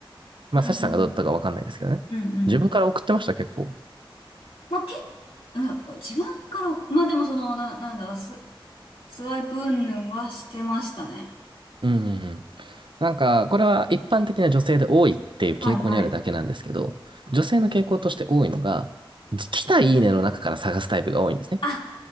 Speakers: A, on the right (about 60°); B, on the left (about 80°).
A: まあ、
B: うん。
A: サチさんがどうだったかわかんないですけどね。
B: うんうん。
A: 自分から送ってました、結構。
B: まあ、け、うん、自分からまあでもその、な、なんだ、ス、スワイプ云々はしてましたね。
A: うん、うん、うん。なんか、これは一般的な女性で多いっていう傾向にあるだけなんですけど、
B: はいはい。
A: 女性の傾向として多いのが、来たいいねの中から探すタイプが多いんですね。
B: あ、